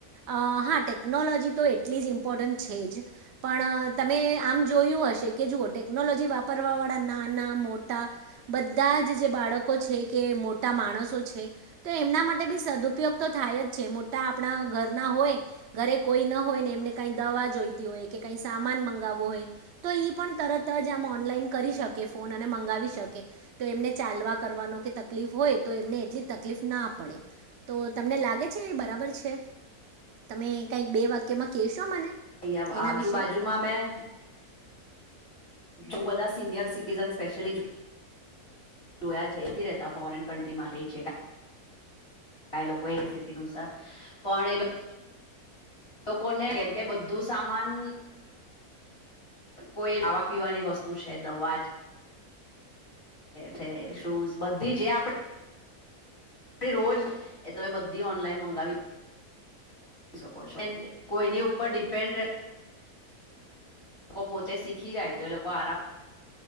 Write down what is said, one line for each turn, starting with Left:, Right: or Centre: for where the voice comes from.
Right: અ હા ટેકનોલોજી તો એટલી જ ઇમ્પોર્ટન્ટ છે જ પણ તમે આમ જોયું હશે કે જુઓ ટેકનોલોજી વાપરવા વાળા ના ના મોટા બધા જ જે બાળકો છે કે મોટા માણસો છે તો એમના માટે બી સદુપયોગ તો થાય જ છે મોટા આપણા ઘરના હોય ઘરે કોઈ ન હોય ને એમને કઈ દવા જોઈતી હોય કે કાંઈ સામાન મંગાવો હોય તો એ પણ તરત જ ઓનલાઇન કરી શકે ફોન મંગાવી શકે તો એમને ચાલવા કરવાનો કે તકલીફ હોય તો એમને એટલી તકલીફ ના પડે તો તમને લાગે છે એ બરાબર છે તમે કંઈક બે વાક્યમાં કહેશો મને
Left: આવ
Right: એના
Left: આજુબાજુમાં
Right: વિશે
Left: મેં બહુ બધા સિનિયર સિટીઝન સ્પેશિલી જોયા છે એથી રહેતા ફોરેન કન્ટ્રીમાં રહી છે. એ લોકો એવી સ્થિતિ અનુસાર પણ એ લોકો લોકોને કેમ કે બધું સામાન કોઈ ખાવા પીવાની વસ્તુ છે દવા છે શૂઝ બધી જે આપણે રોજ એ તમે બધી ઓનલાઈન મંગાવી કો કોઈની ઉપર ડિપેન્ડ રહે પોતે શીખી જાય તો એ લોકો આરામ